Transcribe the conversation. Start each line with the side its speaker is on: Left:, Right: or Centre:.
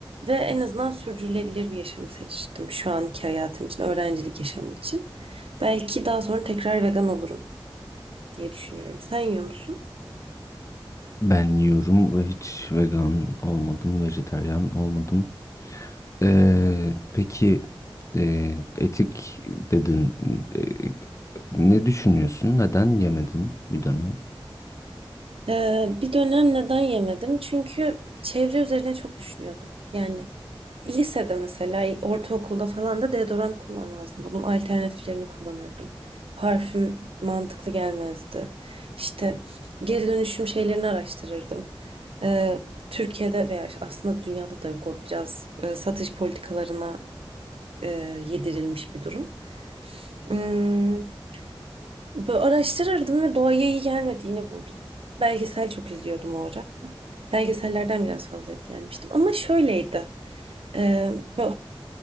Right: Ve en azından sürdürülebilir bir yaşamı seçtim şu anki hayatım için, öğrencilik yaşamım için. Belki daha sonra tekrar vegan olurum diye düşünüyorum. Sen yiyor musun?
Left: Ben yiyorum ve hiç vegan olmadım, vejetaryen olmadım. Ee, peki e, etik dedin. E, ne düşünüyorsun? Neden yemedin bir dönem?
Right: Ee, bir dönem neden yemedim? Çünkü çevre üzerine çok düşünüyordum. Yani Lisede mesela, e, ortaokulda falan da deodorant kullanmazdım. Bunun alternatiflerini kullanırdım. Parfüm mantıklı gelmezdi. İşte geri dönüşüm şeylerini araştırırdım. Ee, Türkiye'de veya aslında dünyada da yok o biraz e, satış politikalarına e, yedirilmiş bir durum. Hmm, böyle araştırırdım ve doğaya iyi gelmediğini buldum. Belgesel çok izliyordum o ara. Belgesellerden biraz fazla etkilenmiştim. Ama şöyleydi. Eee, bö